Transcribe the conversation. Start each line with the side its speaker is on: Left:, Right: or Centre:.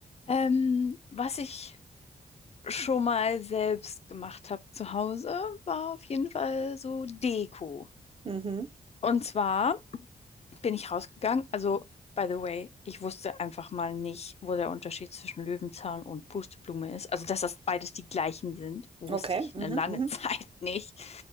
Left: Ähm, was ich schon mal selbst gemacht habe zu Hause, war auf jeden Fall so Deko.
Right: Mhm.
Left: Und zwar bin ich rausgegangen, also by the way, ich wusste einfach mal nicht, wo der Unterschied zwischen Löwenzahn und Pusteblume ist. Also, dass das beides die gleichen sind, wusste
Right: Okay.
Left: ich
Right: Mhm,
Left: eine lange
Right: mhm,
Left: <laughs> Zeit nicht.